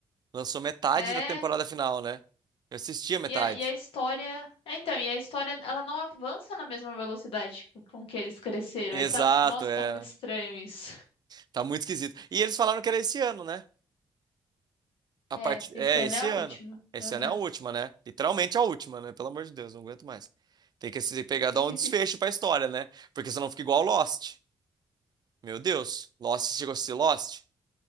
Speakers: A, on the right; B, on the left.
A: Lançou metade
B: É.
A: da temporada final, né? Eu assisti a metade.
B: E a, e a história. É, então, e a história, ela não avança na mesma velocidade com que eles cresceram.
A: Exato,
B: Aí tá. Nossa,
A: é.
B: tá muito estranho isso.
A: Tá muito esquisito. E eles falaram que era esse ano, né? A
B: É,
A: parte
B: esse
A: é
B: ano
A: esse
B: é a
A: ano.
B: última.
A: Esse
B: Aham.
A: ano é a última, né? Literalmente a última, né? Pelo amor de Deus, não aguento mais. Tem que se
B: <laughs>
A: pegar dar um desfecho pra história, né? Porque senão fica igual Lost. Meu Deus, Lost chegou a ser Lost